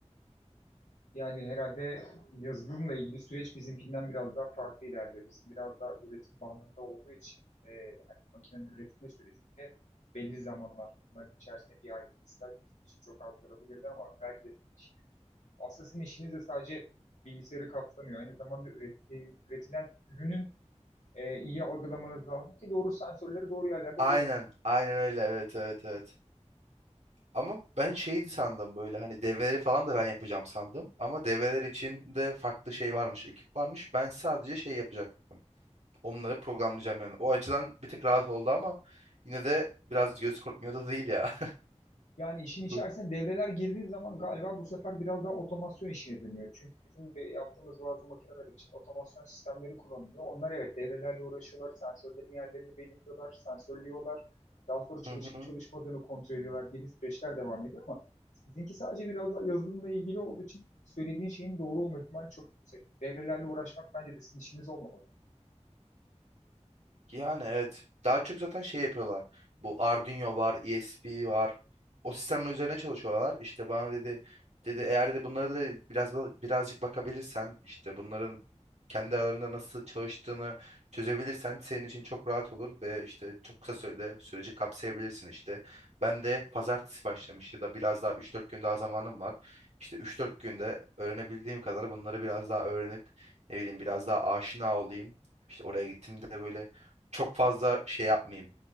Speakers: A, on the left; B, on the right.
A: Yani herhalde yazılımla ilgili süreç bizimkinden biraz daha farklı ilerliyor. Bizim biraz daha üretim bandında olduğu için e, hani makinenin üretme sürecinde belli zamanlar bunların içerisinde bir aylık bir staj bizim için çok az durabilirdi ama belki de sizin işiniz, aslında sizin işiniz de sadece bilgisayarı kapsamıyor. Aynı zamanda üretti- üretilen ürünün e, iyi algılamanız lazım ki doğru sensörleri doğru yerlerde
B: Aynen, aynen öyle. Evet, evet, evet. Ama ben şeydi sandım böyle hani devreleri falan da ben yapacağım sandım. Ama devreler için de farklı şey varmış, ekip varmış. Ben sadece şey yapacaktım. Onları programlayacağım yani. O açıdan bir tık rahat oldu ama yine de biraz göz korkmuyor da değil ya.
A: Yani işin içerisine
B: <laughs>
A: devreler girdiği zaman galiba bu sefer biraz daha otomasyon işine dönüyor. Çünkü bizim de yaptığımız bazı makineler için otomasyon sistemleri kullanılıyor. Onlar evet devrelerle uğraşıyorlar, sensörlerin yerlerini belirliyorlar, sensörlüyorlar. Daha sonra çalışıp
B: Hı hı.
A: çalışmadığını kontrol ediyorlar gibi süreçler devam ediyor ama sizinki sadece biraz daha yazılımla ilgili olduğu için söylediğin şeyin doğru olma ihtimali çok yüksek. Devrelerle uğraşmak bence de sizin işiniz olmamalı.
B: Yani evet. Daha çok zaten şey yapıyorlar. Bu Arduino var, ESP var. O sistemler üzerine çalışıyorlar. İşte bana dedi dedi eğer dedi bunları da biraz birazcık bakabilirsen işte bunların kendi aralarında nasıl çalıştığını çözebilirsen senin için çok rahat olur ve işte çok kısa sürede süreci kapsayabilirsin işte. Ben de pazartesi başlamış ya da biraz daha üç dört gün daha zamanım var. İşte üç dört günde öğrenebildiğim kadar bunları biraz daha öğrenip ne bileyim biraz daha aşina olayım. İşte oraya gittiğimde böyle çok fazla şey yapmayayım.